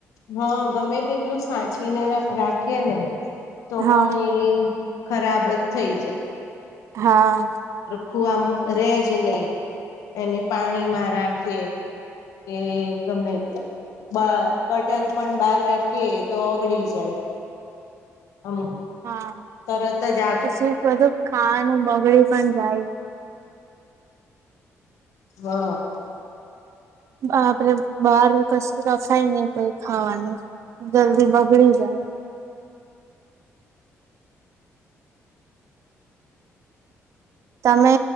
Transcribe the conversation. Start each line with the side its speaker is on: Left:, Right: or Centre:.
Left: હા ગમે તેટલું સાચવીને રા રાખીએ ને તો
Right: હા
Left: પણ એ ખરાબ થઈ જા
Right: હા
Left: ખોવામાં રે જ નઈ એને પાણીમાં રાખીએ કે ગમે તે બ-બટર પણ બહાર રાખીએ તો ઓગળી જાય આમ
Right: હા
Left: તરત જ આગ
Right: પછી બધું ખાવાનું બગડી પણ જાય
Left: હા
Right: આપડે બાર કશું રખાય નઈ કઈ ખાવાનું જલ્દી બગડી જાય તમે